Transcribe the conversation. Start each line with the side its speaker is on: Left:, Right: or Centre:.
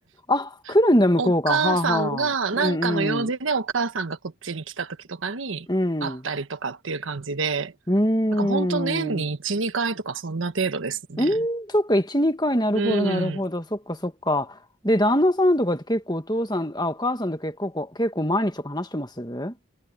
Left: あ、来るんだ、
Right: <laughs>
Left: 向こうが。
Right: お母さんが、
Left: はあはあ。
Right: なんかの用事でお母さんがこっちに来た時とかに会ったりとかっていう感じで、
Left: うんうん。うん。うーん。
Right: なんか本当年に1、2回とかそんな程度ですね。
Left: うーん、そっか、1、2回、なるほど、
Right: う
Left: なるほど、
Right: ん。
Left: そっか、そっか。で、旦那さんとかって結構お父さん、あ、お母さんと結構、結構毎日とか話してますう